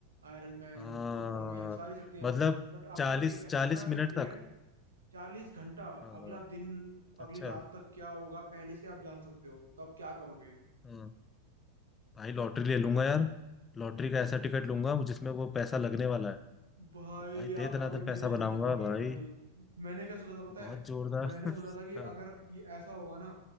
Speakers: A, on the right; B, on the left.
A: आयरन मैन
B: आ,
A: सुपरमैन सारी शक्तियां
B: मतलब
A: आपके पास बट आपके
B: चालीस
A: पास एक एक्स्ट्रा
B: चालीस
A: शक्ति
B: मिनट तक
A: है चालीस घंटा
B: हाँ
A: अगला
B: हाँ,
A: दिन अगली
B: अच्छा
A: रात तक क्या होगा पहले से आप जान सकते हो तो आप क्या करोगे
B: हाँ भाई लॉटरी ले लूंगा यार लॉटरी का ऐसा टिकट लूंगा जिसमें वो पैसा लगने वाला है
A: भाई
B: तो भाई
A: आपका
B: दे दनादन
A: भी
B: पैसा
A: मेरे जैसा
B: बनाऊंगा
A: दिमाग है
B: भाई
A: भाई मैंने क्या सोचा था पता
B: बहुत
A: है
B: जोरदार
A: मैंने
B: <laughs>
A: सोचा था कि अगर
B: हाँ
A: ये ऐसा होगा ना